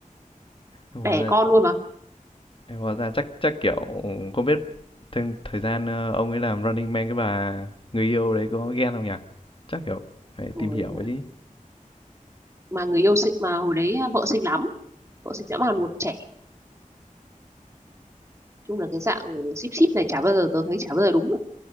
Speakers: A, on the left (about 40°); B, on the right (about 20°).
A: Hóa
B: đẻ
A: ra
B: con luôn mà
A: hóa ra chắc chắc kiểu không biết thêm thời gian ờ, ông ấy làm Running Man cái bà người yêu đấy có ghen không nhỉ? Chắc kiểu phải
B: Ôi
A: tìm hiểu
B: giời.
A: ấy chứ.
B: mà người yêu xinh mà hồi đấy ờ, vợ xinh lắm vợ xinh dã man luôn trẻ chung là cái dạng ship ship này chả bao giờ tôi thấy chả bao giờ đúng